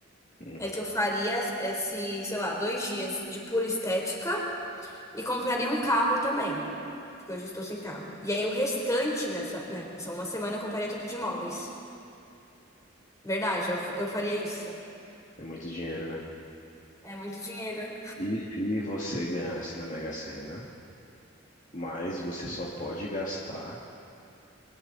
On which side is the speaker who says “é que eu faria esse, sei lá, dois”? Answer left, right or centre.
Left